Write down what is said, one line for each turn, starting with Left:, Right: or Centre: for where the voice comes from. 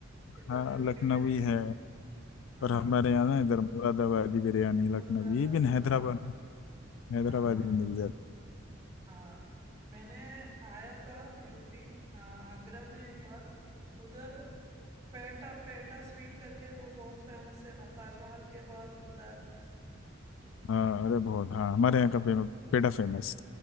Left: हाँ
Right: इधर यूपी
Left: लखनवी
Right: में
Left: है
Right: हाँ
Left: पर हमारे यहाँ ना इधर मुरादाबादी बिरयानी
Right: मुर्दाबादी
Left: लखनवी इवन हैदराबाद
Right: हाँ
Left: हैदराबादी
Right: हाँ हाँ
Left: भी मिल जाती
Right: हाँ मैंने आया था यूपी आ, आगरा में एक बार उधर पेटा पेटा स्वीट करके वो बहुत फेमस है ना ताजमहल के बाहर मिलता है
Left: है। हाँ अरे बहुत हाँ हमारे यहाँ का फेमस पेठा फेमस